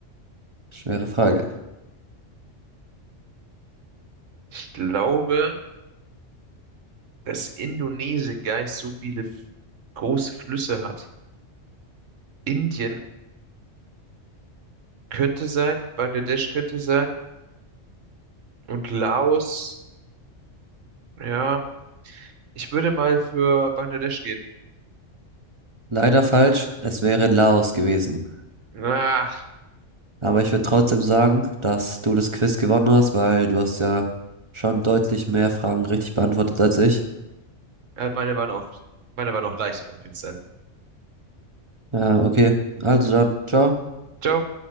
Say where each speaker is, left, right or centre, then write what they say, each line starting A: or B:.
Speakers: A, on the right; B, on the right.
A: Schwere Frage.
B: Ich glaube, dass Indonesien gar nicht so viele f- große Flüsse hat. Indien könnte sein, Bangladesch könnte sein und Laos, ja. Ich würde mal für Bangladesch gehen.
A: Leider falsch, es wäre Laos gewesen.
B: Ah,
A: Aber ich würde trotzdem sagen, dass du das Quiz gewonnen hast, weil du hast ja schon deutlich mehr Fragen richtig beantwortet als ich.
B: ja, meine waren auch, meine waren auch leichter, glaube ich, jetzt sein.
A: Ja, okay. Also dann, ciao.
B: Ciao.